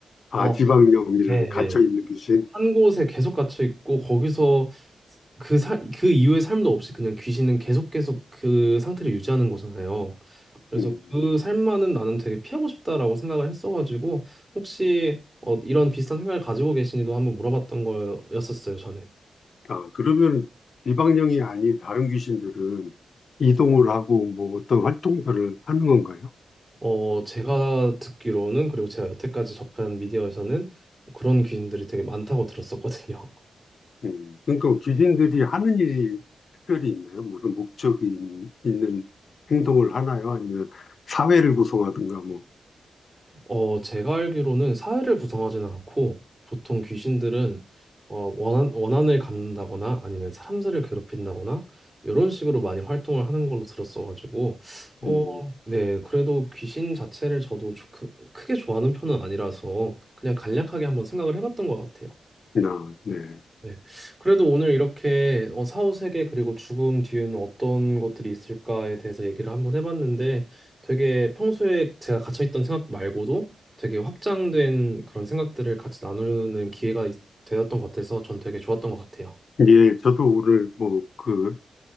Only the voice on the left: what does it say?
아,
지방령이라는
갇혀있는 귀신.
음.
아, 그러면 이방령이 아닌 다른 귀신들은 이동을 하고 뭐 어떤 활동들을 하는 건가요?
음, 그러니까 귀신들이 하는 일이 특별히 있나요? 무슨 목적이 있- 있는 행동을 하나요? 아니면 사회를 구성하든가 뭐,
음,
아, 네.
예, 저도 오늘 뭐 그